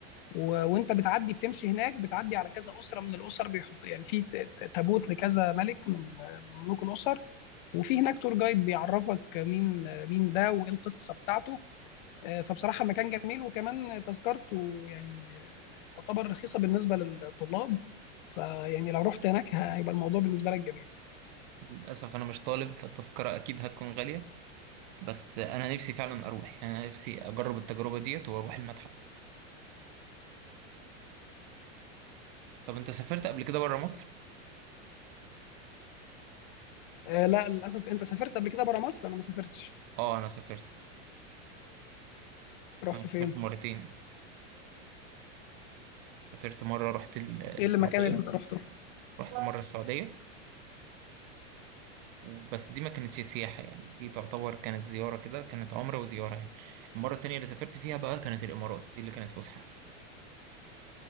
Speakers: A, on the left; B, on the right.
A: و- وانت بتعدي بتمشي هناك بتعدي على كذا اسره من الاسر بيحط يعني في ت- ت- تابوت لكذا ملك من من ملوك الاسر وفي هناك تور جايد بيعرفك مين مين ده وايه القصه بتاعته آه، فبصراحة المكان جميل وكمان تذكرته يعني آه، تعتبر رخيصة بالنسبة للطلاب فيعني لو رحت هناك هيبقى الموضوع بالنسبة لك جميل
B: للاسف انا مش طالب فالتذكره اكيد هتكون غاليه بس انا نفسي فعلا اروح يعني انا نفسي اجرب التجربه ديت واروح المتحف طب انت سافرت قبل كده بره مصر
A: آه، لا للأسف أنت سافرت قبل كده برا مصر أنا ما سافرتش
B: اه انا سافرت
A: رحت
B: انا سافرت
A: فين؟
B: مرتين سافرت مره رحت ال-
A: إيه
B: السعوديه
A: المكان اللي أنت رحته؟
B: رحت مره السعوديه بس دي ما كانتش سياحة يعني دي تعتبر كانت زيارة كده كانت عمرة وزيارة يعني المرة التانية اللي سافرت فيها بقى كانت الإمارات دي اللي كانت فسحة